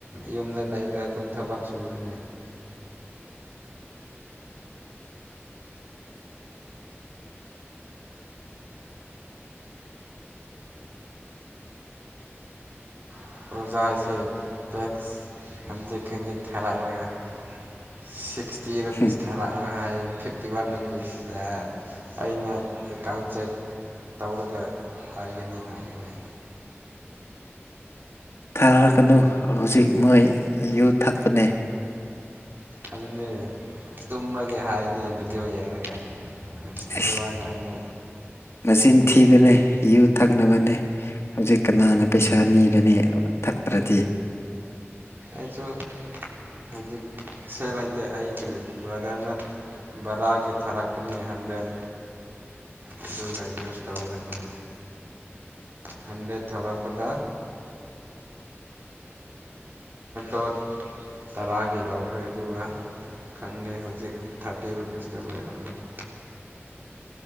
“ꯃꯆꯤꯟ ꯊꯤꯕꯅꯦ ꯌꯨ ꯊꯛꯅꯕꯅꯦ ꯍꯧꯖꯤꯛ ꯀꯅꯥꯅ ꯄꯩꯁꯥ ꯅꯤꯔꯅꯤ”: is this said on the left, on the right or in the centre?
Left